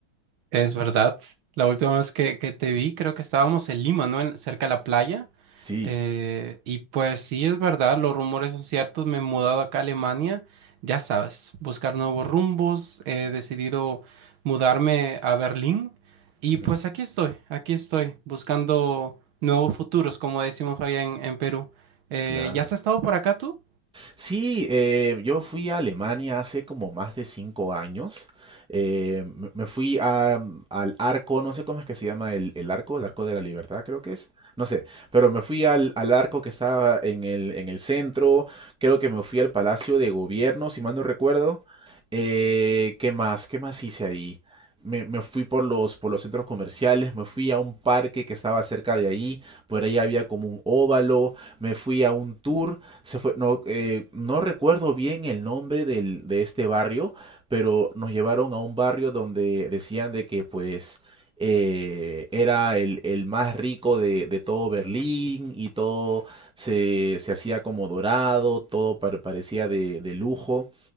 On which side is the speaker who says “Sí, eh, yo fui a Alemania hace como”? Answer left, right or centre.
Centre